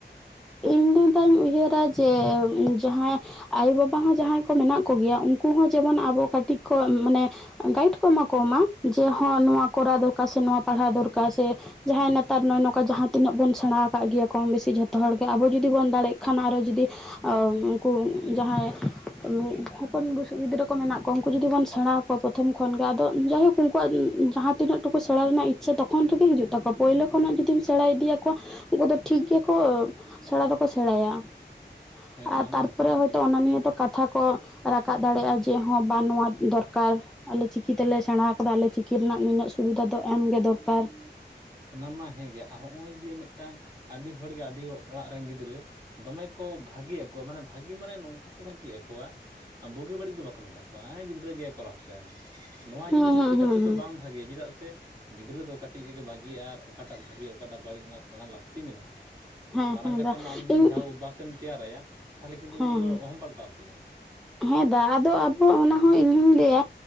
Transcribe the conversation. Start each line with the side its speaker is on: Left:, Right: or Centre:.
Centre: ᱤᱧ ᱫᱩᱧ ᱛᱟᱦᱮᱸᱜ ᱤᱧ ᱩᱭᱦᱟᱹᱨᱟ ᱡᱮ ᱩᱸ ᱡᱟᱦᱟᱸᱭ ᱟᱭᱳ ᱵᱟᱵᱟ ᱦᱚᱸ ᱡᱟᱦᱟᱸᱭ ᱠᱚ ᱢᱮᱱᱟᱜ ᱠᱚᱜᱮᱭᱟ ᱩᱱᱠᱩ ᱦᱚᱸ ᱡᱮᱢᱚᱱ ᱟᱵᱚ ᱠᱟᱹᱴᱤᱡ ᱠᱚ ᱢᱟᱱᱮ ᱩᱸ ᱜᱟᱹᱭᱤᱰ ᱠᱚ ᱮᱢᱟ ᱠᱚᱢᱟ ᱡᱮ ᱦᱚᱸ ᱱᱚᱣᱟ ᱠᱚᱨᱟᱣ ᱫᱚᱨᱠᱟᱨ ᱥᱮ ᱱᱚᱣᱟ ᱯᱟᱲᱦᱟᱣ ᱫᱚᱨᱠᱟᱨ ᱥᱮ ᱡᱟᱦᱟᱸᱭ ᱱᱮᱛᱟᱨ ᱱᱚᱜᱼᱚᱭᱼᱱᱚᱠᱟ ᱡᱟᱦᱟᱸ ᱛᱤᱱᱟᱹᱜ ᱵᱚᱱ ᱥᱮᱬᱟ ᱟᱠᱟᱜ ᱜᱮᱭᱟ ᱠᱚ ᱠᱚᱢ ᱵᱤᱥᱤ ᱡᱷᱚᱛᱚ ᱦᱚᱲ ᱜᱮ ᱟᱵᱚ ᱡᱩᱫᱤ ᱵᱚᱱ ᱫᱟᱲᱮᱜ ᱠᱷᱟᱱ ᱟᱨᱚ ᱡᱩᱫᱤ ᱟᱸ ᱩᱸᱠᱩ ᱡᱟᱦᱟᱸᱭ ᱩᱸ ᱦᱚᱯᱚᱱ ᱵᱩᱥᱩᱜ ᱜᱤᱫᱽᱨᱟᱹ ᱠᱚ ᱢᱮᱱᱟᱜ ᱠᱚᱣᱟ ᱩᱸᱠᱩ ᱡᱩᱫᱤ ᱵᱚᱱ ᱥᱮᱬᱟ ᱦᱟ- ᱠᱚ ᱯᱳᱛᱷᱚᱢ ᱠᱷᱚᱱ ᱜᱮ ᱟᱫᱚᱜ ᱡᱟᱭᱦᱩᱠ ᱩᱱᱠᱩᱣᱟᱜ ᱩᱸ ᱡᱟᱦᱟᱸ ᱛᱤᱱᱟᱹᱜ ᱴᱩᱠᱩ ᱥᱮᱬᱟ ᱨᱮᱱᱟᱜ ᱤᱪᱪᱷᱟ ᱛᱚᱠᱷᱚᱱ ᱨᱮᱜᱮ ᱦᱤᱡᱩᱜ ᱛᱟᱠᱚ- ᱣᱟ, ᱯᱳᱭᱞᱳ ᱠᱷᱚᱱᱟᱜ ᱡᱩᱫᱤᱢ ᱥᱮᱬᱟ ᱤᱫᱤ ᱭᱟᱠᱚᱣᱟ, ᱩᱱᱠᱩ ᱫᱚ ᱴᱷᱤᱠ ᱜᱮᱠᱚ ᱥᱮᱬᱟ ᱫᱚᱠᱚ ᱥᱮᱬᱟᱭᱟ ᱾
Right: ᱦᱮᱸ
Centre: ᱟᱨ
Right: ᱚᱱᱟ
Centre: ᱛᱟᱨᱯᱚᱨᱮ
Right: ᱢᱟ ᱦᱮᱸᱜᱮ
Centre: ᱦᱚᱭᱛᱚ ᱚᱱᱟ ᱱᱤᱭᱟᱹ ᱛᱚ ᱠᱟᱛᱷᱟ ᱠᱚ ᱨᱟᱠᱟᱵ ᱫᱟᱲᱮᱭᱟᱜᱼᱟ ᱡᱮ ᱦᱚᱸ ᱵᱟ ᱱᱚᱣᱟ ᱫᱚᱨᱠᱟᱨ? ᱟᱞᱮ ᱪᱤᱠᱤ ᱛᱮᱞᱮ ᱥᱮᱬᱟ ᱦᱟᱠᱟᱫᱟ ᱟᱞᱮ ᱪᱤᱠᱤ ᱨᱮᱱᱟᱜ ᱱᱤᱱᱟᱹᱜ ᱥᱩᱵᱤᱫᱷᱟ ᱫᱚ ᱮᱢ ᱜᱮ ᱫᱚᱨᱠᱟᱨ?
Right: ᱚᱱᱟ ᱢᱟ ᱦᱮᱸ ᱜᱮ ᱟᱨ ᱦᱚᱸᱜᱼᱚᱭ ᱡᱮ ᱢᱤᱫᱴᱟᱝ ᱟᱹᱰᱤ ᱦᱚᱲ ᱜᱮ ᱟᱹᱰᱤᱭᱚ ᱚᱲᱟᱜ ᱨᱮᱱ ᱜᱤᱫᱽᱨᱟᱹ ᱫᱚᱢᱮ ᱠᱚ ᱵᱷᱟᱹᱜᱮ ᱭᱟᱠᱚᱣᱟ ᱢᱟᱱᱮ ᱵᱷᱟᱹᱜᱤ ᱢᱟᱱᱮ ᱱᱚᱝᱠᱟ ᱠᱚ ᱵᱷᱟᱹᱜᱤ ᱭᱟᱠᱚᱣᱟ ᱟᱸ ᱵᱩᱜᱤ ᱵᱟᱹᱲᱤᱡ ᱫᱚ ᱵᱟᱠᱚ ᱢᱮᱛᱟ ᱠᱚᱣᱟ, ᱮᱸ ᱜᱤᱫᱽᱨᱟᱹ ᱜᱮᱭᱟᱭ ᱠᱚᱨᱟᱣ ᱦᱚᱪᱚᱣᱟᱭ ᱢᱮ, ᱱᱚᱣᱟ
Centre: ᱦᱩᱸ
Right: ᱡᱤᱱᱤᱥ
Centre: ᱦᱩᱸ
Right: ᱤᱫᱤ
Centre: ᱦᱩᱸ
Right: ᱠᱟᱛᱮ
Centre: ᱦᱩᱸ
Right: ᱫᱚ ᱵᱟᱢ ᱵᱷᱟᱜᱮᱭᱟ ᱪᱮᱫᱟᱜ ᱥᱮ ᱜᱤᱫᱽᱨᱟᱹ ᱫᱚ ᱠᱟᱹᱴᱤᱡ ᱨᱮᱜᱮ ᱵᱟᱜ- ᱜᱤ ᱟᱨ ᱚᱠᱟᱴᱟᱜ ᱵᱷᱟᱹᱜᱤ ᱚᱠᱟ ᱴᱟᱜ ᱵᱟᱹᱲᱤᱡ, ᱱᱚᱣᱟ ᱥᱮᱬᱟ ᱞᱟᱹᱠᱛᱤ ᱢᱮᱱᱟᱜᱼᱟ ᱾
Centre: ᱦᱮᱸ
Right: ᱢᱟᱨᱟᱝ
Centre: ᱦᱮᱸ
Right: ᱠᱟᱛᱮ
Centre: ᱫᱟ
Right: ᱢᱟ ᱟᱢ ᱨᱤᱱ
Centre: ᱤᱧ
Right: ᱢᱤᱫ ᱫᱷᱟᱣ ᱵᱟᱥ ᱥᱮᱢ ᱛᱮᱭᱟᱨᱟᱭᱟ ᱛᱟᱦᱮᱞᱮ ᱠᱤᱱᱛᱩ
Centre: ᱦᱮᱸ
Right: ᱩᱱᱤ
Centre: ᱦᱮᱸ
Right: ᱫᱚ ᱚᱦᱚᱢ ᱯᱟᱞᱴᱟᱣ ᱠᱮᱭᱟ ᱾
Centre: ᱦᱮᱸ ᱫᱟᱜ ᱟᱫᱚ ᱟᱵᱚᱣᱟᱜ ᱚᱱᱟ ᱦᱚᱸ ᱤᱧ ᱦᱩᱧ ᱞᱟᱹᱭᱟ